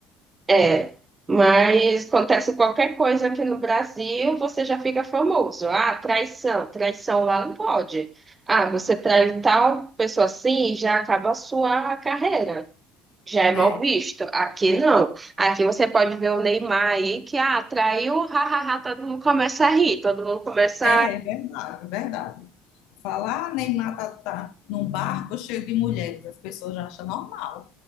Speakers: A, on the right (about 15°); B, on the left (about 70°).
A: É, mas acontece qualquer coisa aqui no Brasil, você já fica famoso. Ah, traição, traição lá não pode. Ah, você trai tal pessoa assim, já acaba a sua carreira. Já é
B: É,
A: mal visto. Aqui não. Aqui você pode ver o Neymar aí que ah, traiu, hahaha, todo mundo começa a rir, todo mundo começa
B: é é verdade, é verdade. Falar Neymar tá, tá num barco cheio de mulheres, as pessoas já acham normal.